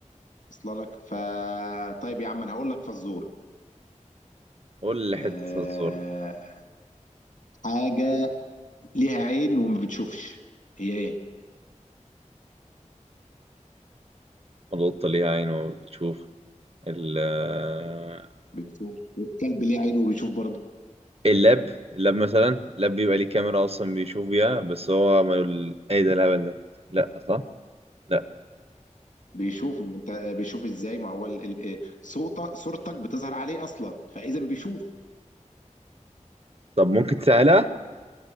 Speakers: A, on the left; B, on the right.
A: واصله لك ف طيب يا عم انا هقول لك فزور
B: قول لي
A: أه...
B: حتة فزورة
A: حاجه ليها عين وما بتشوفش هي ايه
B: القطة ليها عين وبتشوف ال آه،
A: بتشوف الكلب ليه عين وبيشوف برضه
B: اللاب اللاب مثلا اللاب بيبقى ليه كاميرا أصلا بيشوف بيها بس هو ما يقول إيه ده الهبل ده لأ صح؟ لأ
A: بيشوف ما انت بيشوف ازاي ما هو ال- ال- صوت صورتك بتظهر عليه اصلا فاذا بيشوف
B: طب ممكن تسهلها؟